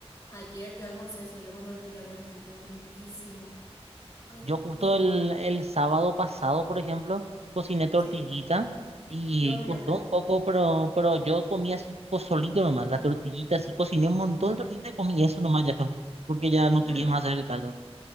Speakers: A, on the left (about 30°); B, on the right (about 70°).
A: Ayer yo almorcé sollo con tortilla, por ejemplo, riquísimo. Ay,
B: Yo justo
A: me está...
B: el, el sábado pasado, por ejemplo, cociné tortillita
A: Sí,
B: y
A: Dios mío,
B: costó
A: qué rico.
B: un poco, pero, pero yo comí así tipo solito nomás, la tortillita, así cociné un montón de tortillita y comí eso nomás ya, <laughs> porque ya no
A: Ay,
B: quería más hacer el caldo.